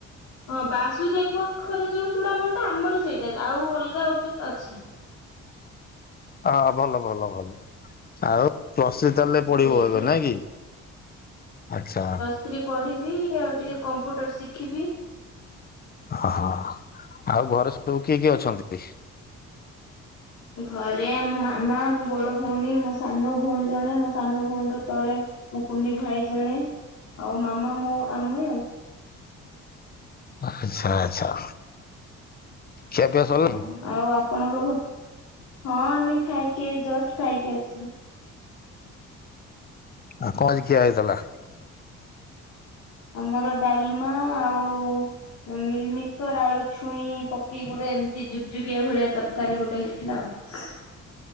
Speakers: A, on the left; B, on the left.
A: ହଁ ବାସୁଦେବ ପୁରୁ ପାଖରେ ଯୋଉ ଚୁଡା ମଣି ଟା ଆମର ସେଇଟା ଆଉ ଅଲଗା ଗୋଟେ ଅଛି।
B: ଆଃ ଭଲ ଭଲ ଭଲ। ଆଉ ପ୍ଲସ୍ ଥ୍ରୀ ତାହେଲେ ପଡିବ
A: ସେଇଠି
B: ଏବେ
A: ଆଉ
B: ନାଇଁ କି ଆଛା।
A: ସେଠି ପଢିବି ଆଉ ଟିକେ କମ୍ପ୍ୟୁଟର ଶିଖିବି।
B: ହଁ ଆଉ ଘରେ ସବୁ କିଏ କିଏ ଅଛନ୍ତି।
A: ଘରେ ମୋ ମାମା ମୋ ବଡ ଭଉଣୀ ମୋ ସାନ ଭଉଣୀ ଜଣେ ମୋ ସାନ ଭଉଣୀର ତଳେ। ମୁଁ କୁନି ଭାଇ ଜଣେ ଆଉ ମାମା ମୋ ଆମେ ଆଉ।
B: ଆଛା ଆଚ୍ଛା। ଖିଆ ପିଆ
A: ହଁ
B: ସରିଲାଇଁ।
A: ଆଉ ଆପଣଙ୍କ ଘ ହଁ ଆମେ ଖାଇକି ଏଇ ଜଷ୍ଟ ଖାଇକି ଆସିଲୁ।
B: ଆଉ କଁ ଆଜି ଖିଆ ହେଇଥିଲା।
A: ଆମର ଡାଲମା ଆଉ। ମିଲମିକର ଆଳୁ ଛୁଇଁ ପକେଇି ଗୋଟେ ଏମିତି ଜୁଗଜୁଗିଆ ଭଳିଆ ତରକାରୀ ଗୋଟେ ହେଇଥିଲା ଆଉ। ହ